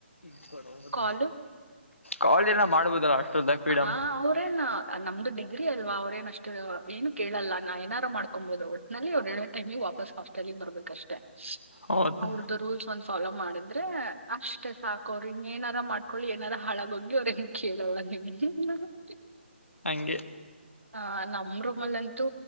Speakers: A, on the left; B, on the right.
A: ಇ ಕೊಡದ.
B: ಕಾಲು
A: ಕಾಲ್ ಎಲ್ಲ ಮಾಡ್ಬೋದಲ್ಲ. ಹಾಸ್ಟೆಲ್ದಾಗ ಫ್ರೀಡಮ್
B: ಹ ಅವ್ರೇನ್ ನಮ್ದು ಡಿಗ್ರಿ ಅಲ್ವಾ ಅವ್ರೇನ ಅಷ್ಟು ಏನು ಕೇಳಲ್ಲ ನಾ ಏನಾರು ಮಾಡ್ತ. ಮಾಡ್ಕೊಬೋದು ಒಟ್ಟಿನಲ್ಲಿ ಅವ ಎರ ಟೈಮ ವಾಪಸ್ ಹಾಸ್ಟೆಲ್ ಬರ್ಬೇಕ ಅಷ್ಟೆ
A: ಹೌದ
B: ಅವ್ರದ್ದ ರೂಲ್ಸ್. ಫಾಲೋ ಮಾಡಿದ್ರೆ ಅಷ್ಟೇ ಸಾಕ ಅವರುಿಂಗ ಏನಾರ ಮಾಡ್ಕೊಳ್ಳಿ ಏನಾರ ಹಾಳಾಗೋಗಿ ಅವ್ರು ಹೆಂಗ್ ಕೇಳಲ್ಲ.. ಹ
A: ಹಂಗೆ
B: ಹ ನಮ್ಮ್ ರೂಮ್ ಅಲ್ಲಂತೂ